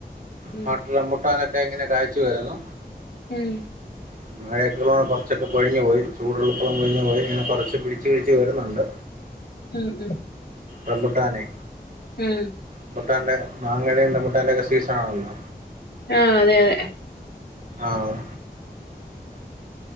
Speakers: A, on the left; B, on the right.
A: ഉം
B: നാട്ടില് റംമ്പൂട്ടാനൊക്കെ ഇങ്ങനെ കായിച്ചു വരുന്നു
A: ഉം
B: ഉം മഴേക്കേള്ളാണ്ട് കൊറച്ചൊക്കെ പൊഴിഞ്ഞു പോയി ചൂടുള്ളപ്പളും പൊഴിഞ്ഞ് പോയി ഇങ്ങനെ കുറച്ച് പിടിച്ച് പിടിച്ച് വരുന്നുണ്ട്
A: ഉം ഉം
B: റംമ്പുട്ടാനെ
A: ഉം
B: റംമ്പുട്ടാന്റെ മാങ്ങേടേം റംമ്പൂട്ടാൻ്റെം ഒക്കെ സീസൺ ആണല്ലോ
A: ആഹ് അതെ അതെ
B: ആഹ്